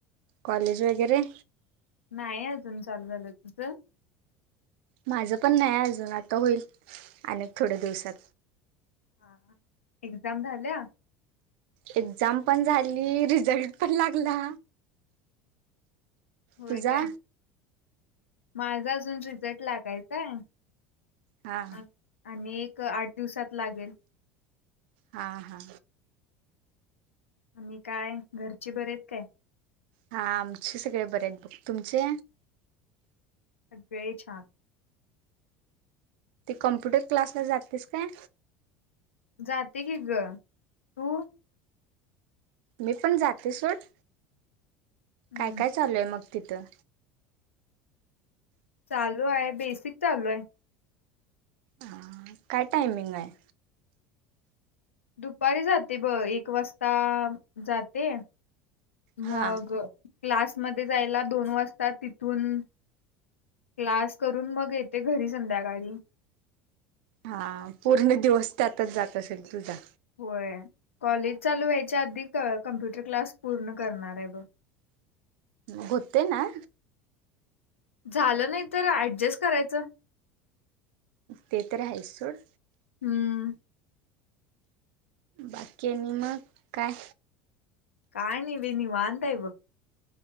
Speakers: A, on the right; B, on the left.
A: कॉलेज वगैरे.
B: नाही अजून चालू झालं, तुझं.
A: माझं पण नाही अजून आता होईल. अनिक थोड्या दिवसात.
B: हा हा एक्झाम झाल्या
A: एक्झाम पण झाली रिझल्ट पण लागला.
B: होय
A: तुझा
B: काय. माझा अजून रिझल्ट लागायचाय
A: हा
B: अ आणिक आठ दिवसात लागेल
A: हा हा
B: आणि काय घरचे बरेत काय.
A: हा आमचे सगळे बरेयेत बघ तुमचे
B: सगळे छान
A: ते कम्प्युटर क्लासला जातीस काय?
B: जाते की ग तू?
A: मी पण जाते सोड.
B: हम्म
A: काय काय चालूय मग? तिथं.
B: चालू आहे बेसिक चालू आहे.
A: हा काय टायमिंग हाय.
B: दुपारी जाते ब एक वाजता जाते
A: हा
B: मग क्लासमध्ये जायला दोन वाजता तिथून क्लास करून मग येते घरी संध्याकाळी.
A: हा पूर्ण दिवस त्यातच जात असेल तुझा.
B: होय कॉलेज चालू व्हायच्या आधी कमप्युटर क्लास पूर्ण करणार आहे ब.
A: होतय ना.
B: झालं नाही तर ऍडजस्ट करायचं.
A: ते तर आहेच सोड.
B: हम्म.
A: बाकी आणि मग काय?
B: काय नाही बाई नीवांत हाय बघ.